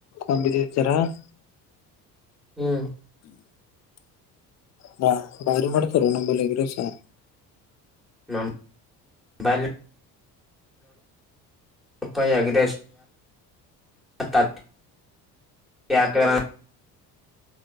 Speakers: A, on the left; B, in the centre.
A: <unintelligible>
B: ಹ್ಮೂ
A: ಹಾ ಬಾರಿ ಮಾಡ್ತಾರೋ ಎಗ್ ರೈಸಾ
B: <unintelligible> ಪಾಯ ಅಗ್ <unintelligible> ಯಾಕ್ <unintelligible>